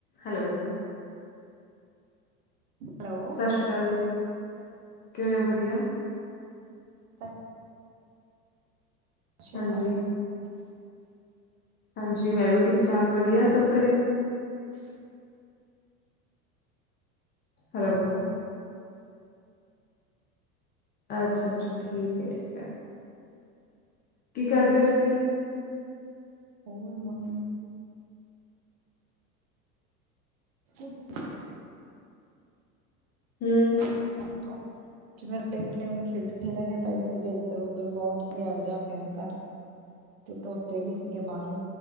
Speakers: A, on the left; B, on the right.
A: ਹੈਲੋ।
B: ਹੈਲੋ।
A: ਸਾਸ ਸ਼੍ਰੀ ਕਾਲ ਜੀ, ਕਿਵੇਂ ਓ, ਵਧੀਆ?
B: ਸਤਿ ਅੱ
A: ਹਾਂਜੀ,
B: <unintelligible>
A: ਹਾਂਜੀ‌ ਮੈਂ ਵੀ ਠੀਕ-ਠਾਕ ਵਧੀਆ ਸਭ ਘਰੇ
B: <inaudible>
A: ਹੈਲੋ।
B: ਹੋਰ
A: ਅੱਛਾ-ਅੱਛਾ ਠੀਕ ਐ-ਠੀਕ ਐ। ਕੀ ਕਰਦੇ ਸੀਗੇ?
B: ਹੋਰ ਮੰਮ ਕੁੱਛ
A: ਹੂੰ।
B: <unintelligible> ਜਿਵੇਂ ਕੱਪੜੇ-ਕੁੱਪੜੇ ਓਵੇਂ ਖੇਡ-ਖਿਲਰੇ ਪਏ ਸੀਗੇ ਏਧਰ-ਉੱਧਰ, ਬੋਤ ਖਲੇਰਾ ਜੇਆ ਪਿਆ ਸੀ ਕੱਰ ਕੁਛ ਤੋਤੇ ਵੀ ਸੀਗੇ ਬਾਰੋਂ